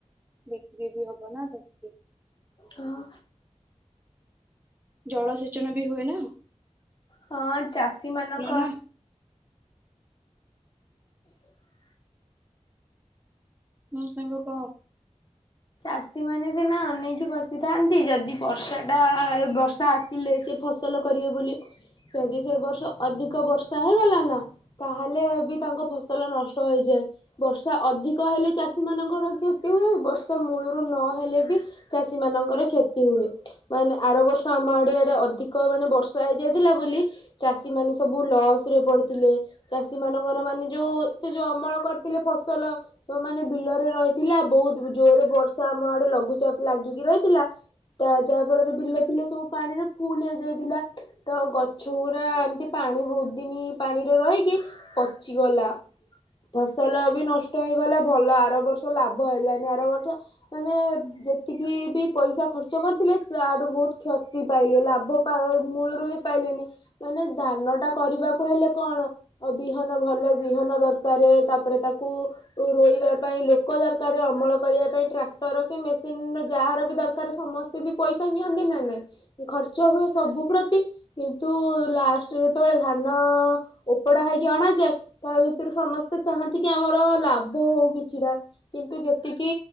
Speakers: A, on the right (about 15°); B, on the left (about 40°).
A: ବିକ୍ରି ବି ହବ ନା ତ ସେଥିପାଇଁ
B: ହଁ।
A: ଜଳସେଚନ ବି ହୁଏନା।
B: ହଁ ଚାଷୀ ମାନଙ୍କ
A: ନା
B: <inaudible>
A: ହୁଁ ସାଙ୍ଗ କହ।
B: ଚାଷୀମାନେ ସିନା ଅନେଇକି ବସିଥାନ୍ତି ଯଦି ବର୍ଷା ଟା ବର୍ଷା ଆସିଲେ ସେ ଫସଲ କରିବେ ବୋଲି ଯଦି ସେ ବର୍ଷ ଅଧିକ ବର୍ଷା ହେଇଗଲା ନା ତାହେଲେ ବି ତାଙ୍କ ଫସଲ ନଷ୍ଟ ହେଇଯାଏ ବର୍ଷା ଅଧିକ ହେଲେ ଚାଷୀ ମାନଙ୍କର କ୍ଷତି ହୁଏ ବର୍ଷା। ତ ମୂଳରୁ ନହେଲେ ବି ଚାଷୀ ମାନଙ୍କର କ୍ଷତି ହୁଏ ମାନେ ଆର ବର୍ଷ ଆମ ଆଡେ ଆଡେ ଅଧିକ ମାନେ ବର୍ଷା ହେଇଯାଇଥିଲା ବୋଲି ଚାଷୀ ମାନେ ସବୁ ଲସ୍ ରେ ପଡିଥିଲେ ଚାଷୀ ମାନଙ୍କର ମାନେ ଯୋଉ ସେ ଯୋଉ ଅମଳ କରିଥିଲେ ଫସଲ ସବୁ ମାନେ ବିଲରେ ରହିଥିଲା ବହୁତ। ଜୋରରେ ବର୍ଷା ଆମ ଆଡେ ଲଘୁଚାପ ଲାଗିକି ରହିଥିଲା ତା ଯାହା ଫଳରେ ବିଲ ଫିଲ ସବୁ ପାଣିରେ ଫୁଲ ହେଇଯାଇଥିଲା ତ ଗଛ ଗୁରା ଏମିତି ପାଣି ବହୁତ ଦିନ ପାଣିରେ ରହିକି ପଚିଗଲା ଫସଲ ବି ନଷ୍ଟ ହେଇଗଲା ଭଲ ଆର ବର୍ଷ ଲାଭ ହେଲାନି। ଆରବର୍ଷ ମାନେ ଯେତିକି ବି ପଇସା ଖର୍ଚ୍ଚ କରିଥିଲେ ତାଠୁ ବହୁତ କ୍ଷତି ପାଇଲେ ଲାଭ ପା ମୂଳରୁ ବି ପାଇଲେନି ମାନେ ଧାନ ଟା କରିବାକୁ ହେଲେ କଣ ବିହନ ଭଲ ବିହନ ଦରକାର ତାପରେ ତାକୁ ରୋଇବା ପାଇଁ ଲୋକ ଦରକାର ଅମଳ କରିବା ପାଇଁ ଟ୍ରାକ୍ଟର କି ମେସିନ୍ ର ଯାହାର ବି ଦରକାର ସମସ୍ତେ ବି ପଇସା ନିଅନ୍ତି ନା ନାହିଁ ଖର୍ଚ୍ଚ ହୁଏ ସବୁ ପ୍ରତି କିନ୍ତୁ ଲାଷ୍ଟ ଯେତେବେଳେ ଧାନ ଅ ଓପଡ଼ା ହେକି ଅଣାଯାଏ ତା ଭିତରୁ ସମସ୍ତେ ଚାହାନ୍ତି କି ଆମର ଲାଭ ହଉ କିଛିଟା କିନ୍ତୁ ଯେ ଏତିକି